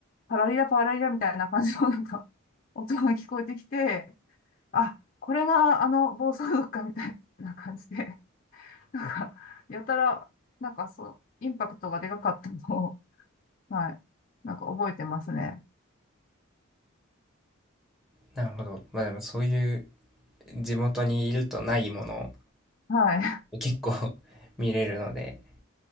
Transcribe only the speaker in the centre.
なるほど。まあでもそういう地元にいるとないもの
を結構 <laughs> 見れるので、